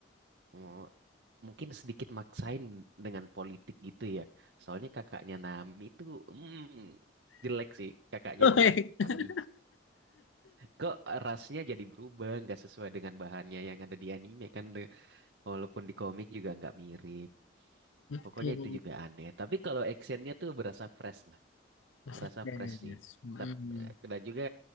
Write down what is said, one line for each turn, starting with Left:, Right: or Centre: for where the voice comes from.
Right: Oh, mungkin sedikit maksain dengan politik gitu ya. Soalnya kakaknya Nami itu hmm, jelek sih kakaknya
Left: <laughs>
Right: Nami. Kok rasnya jadi berubah, nggak sesuai dengan bahannya yang ada di anime kan? de- Walaupun di komik juga nggak mirip.
Left: betul
Right: Pokoknya itu juga aneh. Tapi kalau actionnya tuh berasa fresh
Left: Masterpiece.
Right: berasa fresh sih.
Left: Mm.
Right: Tapi dan juga